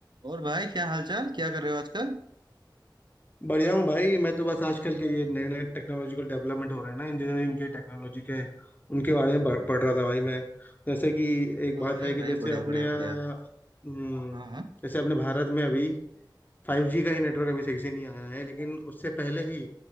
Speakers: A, on the right; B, on the left.
A: और भाई क्या हालचाल क्या कर रहे हो आजकल
B: बढ़िया हूँ भाई मैं तो बस आजकल के ये नए नए टेक्नोलॉजिकल डेवलपमेंट हो रहे हैं ना इंजीनियरिंग के टेक्नोलॉजी के उनके बारे में पढ़ पढ़ रहा था भाई मैं जैसे कि एक बात
A: अरे
B: है कि
A: भाई
B: जैसे
A: बढ़िया
B: अपने
A: बढ़िया
B: यहाँ
A: बढ़िया
B: हम्म,
A: हाँ हाँ
B: जैसे अपने भारत में अभी फाइव जी का ही नेटवर्क अभी सही से नहीं आया है लेकिन उससे पहले ही